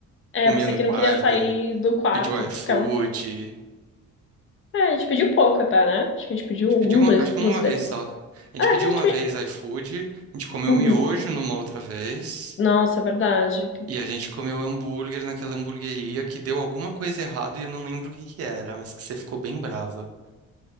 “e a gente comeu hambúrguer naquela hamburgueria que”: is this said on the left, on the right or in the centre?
Right